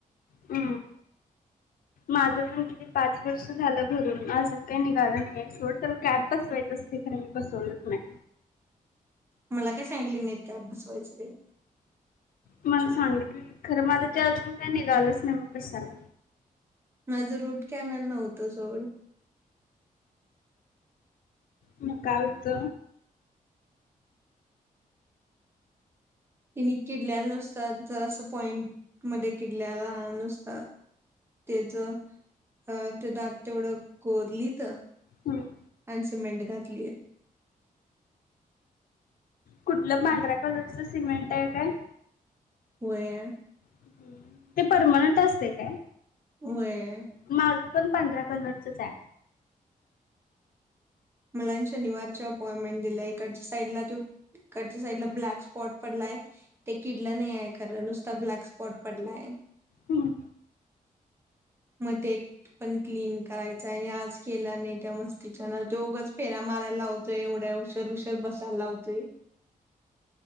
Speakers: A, on the left; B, on the right.
A: उ माझ पण किती पाच वर्ष झालं भरून, अजून काय निघालं नई आय सोड, तर कॅब बसवायच असते खर मी बसवलच नाय.
B: मला काय सांगितली नईत. कॅप बसवायच तेन
A: मल सांगितलय खरं माझं ते अजून काय निघालंच नई मग कशाला
B: माझं रूट कॅनल नव्हतं सोड
A: मग काय हुत?
B: तिनी किडल्याल नुसार जरास पॉइंट मध्ये किडल्याला नुसता, त्येज अ ते दात तेवढं कोरलीत
A: हम्म्.
B: आणि सिमेंट घातलीत.
A: कुठल्या पांढऱ्या कलरचं सिमेंट आय काय?
B: व्हय.
A: <unintelligible> ते परमनंट असते काय?
B: वय.
A: माज पण पांढऱ्या कलरचच आय.
B: मला आणि शनिवारची अपॉयमेंट दिल्या इकड साईडला त्यो, इकडच्या साईडला ब्लॅक स्पॉट पडलाय ते किडलं नई आय, खरं नुसता ब्लॅक स्पॉट पडलाय.
A: हम्म.
B: म ते एकपण क्लीन करायचाय आणि आज केला नई त्या मस्तीच्यान, त्यो उगच फेऱ्या माराय लावतोय, एवढ्या उशर उशर बसाय लावतोय.